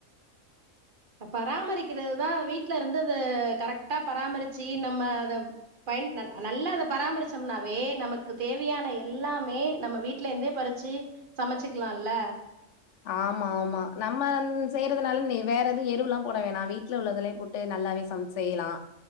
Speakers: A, on the right; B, on the left.
A: பராமரிக்கிறதுதான் வீட்ல இருந்து அத கரெக்டா பராமரிச்சு நம்ம அத பயன் நல்லா அத பராமரிச்சோம்னாவே நமக்கு தேவையான எல்லாமே நம்ம வீட்டுலந்தே பறிச்சு சமைச்சிக்கலால்ல
B: ஆமா ஆமா நம்ம செய்யறதுனால வேற எதுவும் எருவுல்லாம் போட வேணாம் வீட்டுல உள்ளதுலயே போட்டு நல்லாவே சம்ச் செய்லாம்